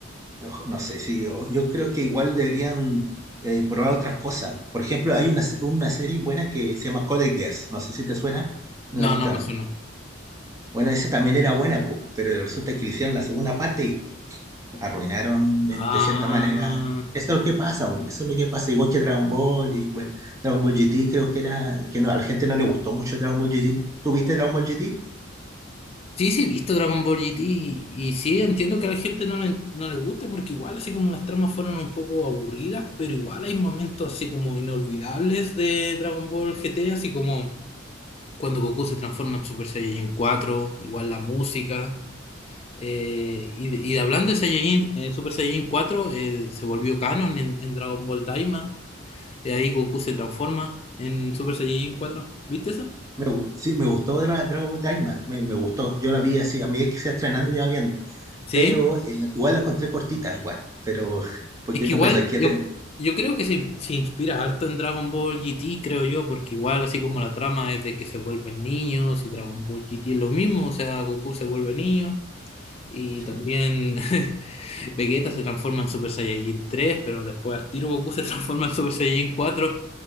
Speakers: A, on the right; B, on the left.
A: ojo, No sé, sí, o- yo creo que igual deberían eh, probar otras cosas. Por ejemplo, hay una, se- una serie buena que se llama Code Geass. No sé si te suena. ¿No
B: No,
A: la has visto
B: no me
A: o no?
B: suena.
A: Bueno, esa también era buena, pues, pero resulta que le hicieron la segunda parte arruinaron de,
B: Ah,
A: de cierta manera. Eso es lo que pasa, bu, eso es lo que pasa, igual que Dragon Ball y bueno, Dragon Ball GT creo que era, que no, a la gente no le gustó mucho Dragon Ball GT. ¿Tuviste Dragon Ball GT?
B: sí, sí, he visto Dragon Ball GT y, y sí, entiendo que a la gente no le, no le gusta porque igual así como las tramas fueron un poco aburridas, pero igual hay momentos así como inolvidables de Dragon Ball GT, así como cuando Goku se transforma en Super Saiyajin 4 igual la música. Eh, y, y hablando de Saiyajin, eh, Super Saiyajin 4 eh, se volvió canon en, en Dragon Ball Daima. Eh, ahí Goku se transforma en Super Saiyajin cuatro ¿Viste eso?
A: Me, gu- sí, me gustó Dra- Dragon Ball Daima, me, me gustó, yo la vi así, a medida que se iba estrenando iba viendo,
B: Sí.
A: pero eh, igual la encontré cortita, igual, pero <laughs> porque
B: Es que
A: no
B: igual
A: pensé que iba
B: yo,
A: a tener-
B: yo creo que se, se inspira harto en Dragon Ball GT, creo yo, porque igual así como la trama es de que se vuelven niños y Dragon Ball GT es lo mismo, o sea, Goku se vuelve niño. Y
A: sí,
B: también <laughs> Vegeta se transforma en Super Saiyajin 3 pero después al tiro Goku se <laughs> transforma en Super Saiyajin cuatro